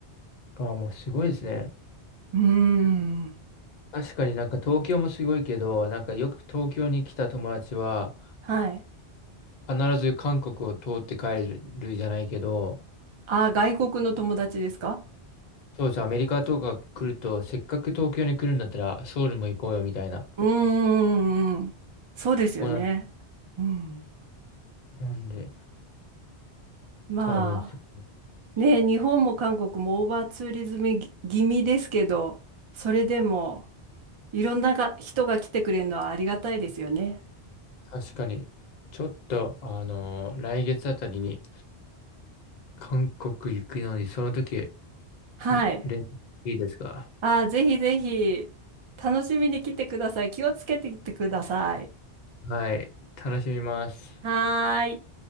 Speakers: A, on the left; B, on the right.
A: ああ、もうすごいですね。
B: うーん。
A: 確かになんか東京もすごいけど、なんかよく東京に来た友達は、
B: はい。
A: 必ず韓国を通って帰るじゃないけど、
B: あ外国の友達ですか
A: そうです。アメリカとか来ると、せっかく東京に来るんだったら、ソウルも行こうよ、みたいな。
B: うーん。そうですよね。
A: もうな、
B: うん。
A: なんで、
B: まあ。
A: 多分そうっ
B: ね、
A: ていう、
B: 日本も韓国もオーバーツーリズムぎ気味ですけど、それでもいろんなが人が来てくれるのはありがたいですよね。
A: 確かに、ちょっと、あのー来月あたりに、韓国行くのに、その時、
B: はい。
A: ん連絡いいですか
B: あー、ぜひぜひ楽しみに来てください。気をつけてきてください。
A: はい、楽しみます。
B: はーい。